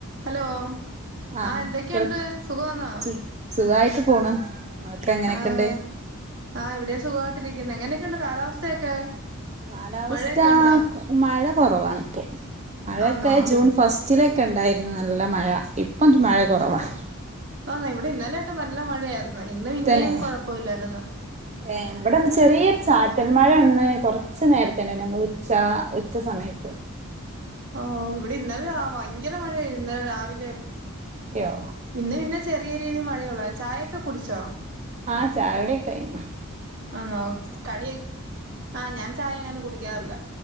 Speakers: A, on the right; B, on the right.
A: ഹലോ
B: ആഹ്
A: ആ എന്തൊക്കെയുണ്ട്
B: കേൾ
A: സുഖവാന്നോ?
B: സു സുഖായിട്ട് പോണു ഇങ്ങളൊക്കെ എങ്ങനൊക്കെണ്ട്?
A: ആഹ് ആഹ് ഇവിടെയും സുഖായിട്ടിരിക്കുന്നു എങ്ങനൊക്കെയുണ്ട് കാലാവസ്ഥയൊക്കെ?
B: കാലാവസ്ഥ
A: മഴയൊക്കെ ഉണ്ടോ
B: മഴ കൊറവാണ്പ്പോ മഴയൊക്കെ
A: ആന്നോ
B: ജൂൺ ഫസ്റ്റ് റ്റിലൊക്കെ ഇണ്ടായിരുന്നു നല്ല മഴ ഇപ്പം മഴ കൊറവാ
A: ആന്നോ? ഇവിടെ ഇന്നലെയൊക്കെ നല്ല മഴയായിരുന്നു ഇന്നും പിന്നേം
B: തന്നെ
A: കൊഴപ്പവില്ലായിരുന്നു
B: ഏഹ് ഇവടെന്ന് ചെറിയ ഒരു ചാറ്റൽ മഴൊന്ന് കൊറച്ച് നേരത്തെണ്ടായിരുന്നു നമ്മള് ഉച്ച ഉച്ച സമയത്ത്
A: ഓഹ് ഇവിടെയിന്നലെ ഭയങ്കര മഴയായി ഇന്നലെ രാവിലെ
B: യോ
A: ഇന്ന് പിന്നെ ചെറിയ രീതി മഴയൊള്ളൂ ചായയൊക്കെ കുടിച്ചോ?
B: ആഹ് ചായൊടിക്കെ കഴിഞ്
A: ആന്നോ? കടിയോ ആ ഞാൻ ചായ അങ്ങനെ കുടിക്കാറില്ല